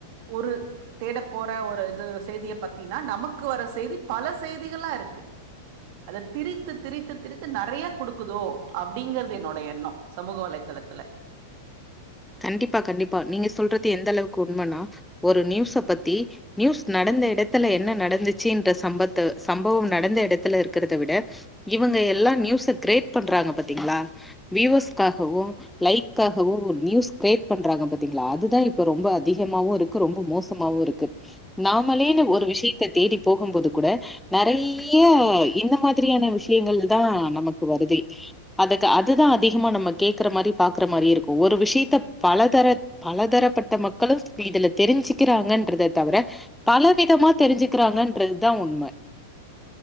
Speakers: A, on the right; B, in the centre.
A: ஒரு தேட போற ஒரு இது செய்தியை பத்தின்னா நமக்கு வர செய்தி பல செய்திகளா இருக்கு அத திரித்து திரித்து திரித்து நிறைய குடுக்குதோ அப்படிங்கறிறது என்னோட எண்ணம் சமூக வலைத்தளத்துல
B: கண்டிப்பா கண்டிப்பா நீங்க சொல்றது எந்த அளவுக்கு உண்மைன்னா ஒரு நியூஸ பத்தி நியூஸ் நடந்த இடத்துல என்ன நடந்துச்சுன்ற சம்பத்த சம்பவம் நடந்த இடத்துல இருக்கத விட இவங்க எல்லாம் நியூஸ கிரேட் பண்றாங்க பாத்தீங்களா வியுஸ்காகவும் லைக்காகவும் நியூஸ் கிரியேட் பண்றாங்க பாத்தீங்களா அதுதான் இப்ப ரொம்ப அதிகமாவும் இருக்கு ரொம்ப மோசமாவும் இருக்கு நாமளேன்னு ஒரு விஷயத்த தேடி போகும்போது கூட நிறைய இந்த மாதிரியான விஷயங்கள் தான் நமக்கு வருது அதுக்கு அதுதான் அதிகமா நம்ம கேக்குற மாரி பாக்குற மாரி இருக்கும் ஒரு விஷயத்த பல தர பலதரப்பட்ட மக்களும் இதுல தெரிஞ்சுக்கிறாங்கன்றத தவிர பல விதமா தெரிஞ்சுக்கிறாங்கன்றது தான் உண்மை